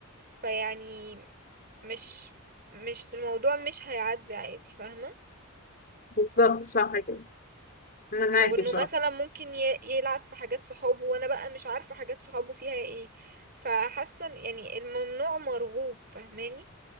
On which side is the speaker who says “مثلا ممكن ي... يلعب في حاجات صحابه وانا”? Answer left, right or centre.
Right